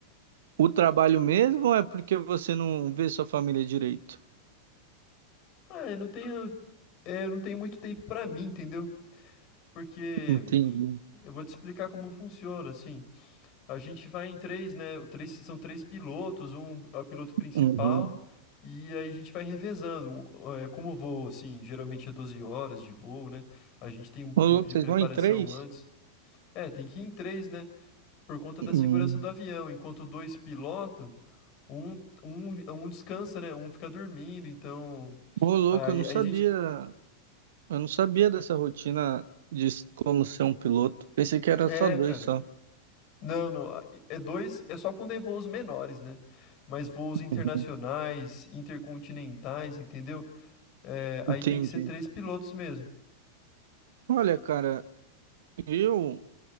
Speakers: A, on the right; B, on the left.
A: O trabalho mesmo ou é porque você não vê sua família direito?
B: Ah, eu não tenho, é, eu não tenho muito tempo pra mim, entendeu? Porque
A: Entendi.
B: eu vou te explicar como funciona, assim. A gente vai em três, né? Três, são três pilotos, um é o piloto principal,
A: Uhum.
B: e aí a gente vai revezando. Um, é, Como o voo, assim, geralmente é 12 horas de voo, né? A gente tem um tempo
A: Ô, louco,
B: de
A: vocês
B: preparação
A: vão em três?
B: antes. É, tem que ir em três, né? Por conta da
A: Hum.
B: segurança do avião. Enquanto dois pilotam, um, um, um descansa, né? Um fica dormindo, então.
A: Ô, louco,
B: Aí,
A: eu não
B: aí
A: sabia.
B: a gente.
A: Eu não sabia dessa rotina de s- como ser um piloto. Pensei que era
B: É,
A: só dois
B: cara.
A: só.
B: Não, não, a é dois, é só quando é voos menores, né, mas voos internacionais,
A: Uhum.
B: intercontinentais, entendeu, eh, aí
A: Entendi.
B: tem que ser 3 pilotos mesmo.
A: Olha, cara, eu.